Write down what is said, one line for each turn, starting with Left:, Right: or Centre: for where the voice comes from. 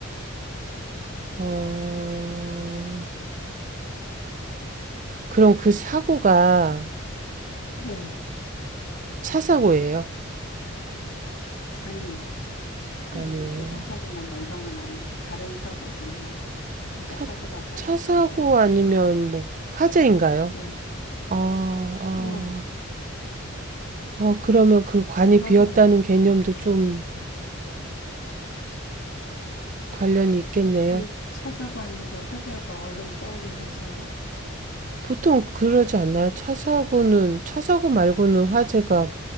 Right: 어, 그럼 그 사고가
Left: 네.
Right: 차 사고예요?
Left: 아니요.
Right: 아니에요.
Left: 음, 교통사고나 뭐 이런 건 아니에요. 다른 사고긴 해요. 아까
Right: 차,
Left: 사고라고
Right: 차
Left: 하셨잖아요.
Right: 사고 아니면 뭐 화재인가요?
Left: 네.
Right: 아, 아,
Left: 오,
Right: 아, 그러면 그 관이
Left: 맞아요.
Right: 비었다는 개념도 좀 관련이 있겠네요.
Left: 어떻게 차 사고 아닌데 화재가 얼른 떠오르셨어요?
Right: 보통 그러지 않나요? 차 사고는, 차 사고 말고는 화재가